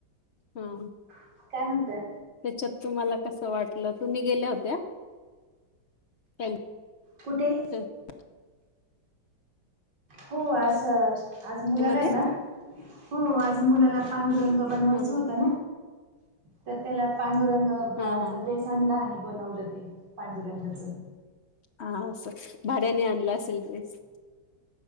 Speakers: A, on the left; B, on the right.
A: हं.
B: काय म्हणताय
A: त्येच्यात तुम्हाला कस वाटलं? तुम्ही गेल्या होत्या? त्याच्य
B: कुठे?
A: <unintelligible>
B: हो, आज, आज मुलाला
A: मध्ये
B: आहे ना. हो आज मुलाला पांडुरंग बनवायच
A: हा हा
B: होत ना, त्यात त्याला पांडुरंगाचा
A: हा हा
B: ड्रेस आणला आणि बनवलं ते पांडुरंगाचं.
A: हा अस, भाड्याने आणला असेल ड्रेस?